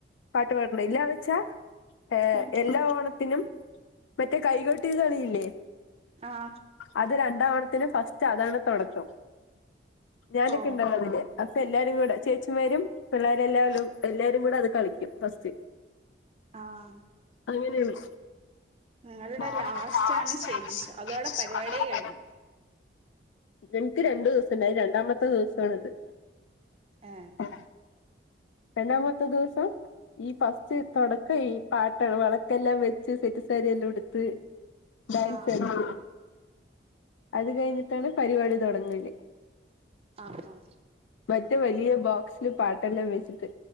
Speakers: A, on the left; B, on the right.
A: പാട്ട് പാടണ്ടേ ഇല്ലാ വച്ചാ ഏ
B: ഉം
A: എല്ലാ ഓണത്തിനും മറ്റേ കൈകൊട്ടി കളിയില്ലേ.
B: ആഹ്
A: അത് രണ്ടാ ഓണത്തിന് ഫസ്റ്റ് അതാണ് തുടക്കം ഞാനൊക്കെ
B: ഓ
A: ഇണ്ടല്ലോ അതില്. അപ്പ എല്ലാരും കൂടെ ചേച്ചിമാരും പിള്ളേരും എല്ല കൊല്ലും എല്ലാരും കൂടെ അത് കളിക്കും ഫസ്റ്റ്.
B: ആഹ്
A: അങ്ങനെയാണ്
B: നിങ്ങളുടെ
A: <unintelligible>
B: ലാസ്റ്റ് ആണ് സ്റ്റേജ് ഷോ അതോടെ പരിപാടിയേ കഴിഞ്ഞു
A: എനിക്ക് രണ്ടു ദിവസം ഇണ്ടായിനി രണ്ടാമത്തെ ദിവസമാണത്.
B: ഏഹ്
A: ഏ രണ്ടാമത്തെ ദിവസം ഈ ഫസ്റ്റ് തൊടക്കം ഈ പാട്ടാണ് വളക്കെല്ലാം വെച്ച് സെറ്റ്സാരിയെല്ലാം ഉടുത്ത് ഡാൻസ്
B: ആഹ്
A: <unintelligible> അത് കഴിഞ്ഞിട്ടാണ് പരിപാടി തൊടങ്ങല്.
B: ആഹ് ആഹ്
A: മറ്റേ വലിയ ബോക്സില് പാട്ടെല്ലാം വെച്ചിട്ട്